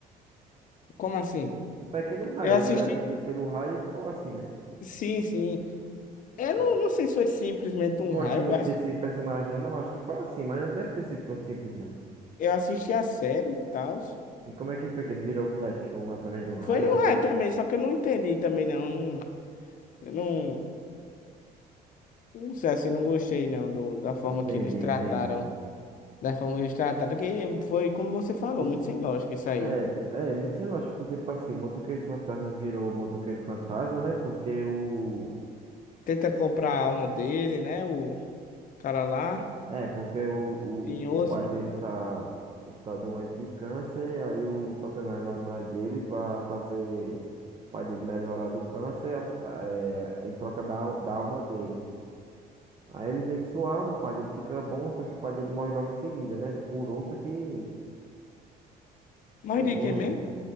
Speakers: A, on the left; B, on the right.
A: Como assim?
B: Um pequeno raio.
A: Eu assisti,
B: Ele foi atingido pelo raio e ficou assim, né?
A: sim, sim. Eu
B: É,
A: não, não sei se foi simplesmente
B: Não
A: um
B: gosto
A: raio.
B: muito
A: Eu ass-
B: desse personagem, não, mas eu acho que foi assim. Mas não deve ter sido tão simples, não.
A: eu assisti a série e tal.
B: E como é que foi que ele virou Flash? Foi um- através de um
A: Foi
B: raio de
A: um
B: quê?
A: ré também, só que eu não entendi também, não. Não, eu não, não sei assim, não gostei, não, do, da forma
B: Entendi,
A: que eles trataram.
B: entendi.
A: Da forma que eles trataram, que foi, como você falou,
B: Por-
A: muito sem lógica isso aí.
B: É, t- é muito sem lógica, porque, tipo assim, o motoqueiro fantasma virou motoqueiro fantasma, né? Porque o.
A: Tenta comprar a alma dele, né? O cara lá,
B: É, porque o,
A: tinhoso.
B: o, o pai dele está, está doente de câncer, aí o Satanás vai atrás dele para fazer o pai dele melhorar do câncer a é, em troca da, al- da alma dele. Aí ele vende sua alma, o pai dele fica bom, só que o pai dele morre logo em seguida, né? Ele curou, só que ele
A: Mas
B: morreu.
A: de quê mesmo?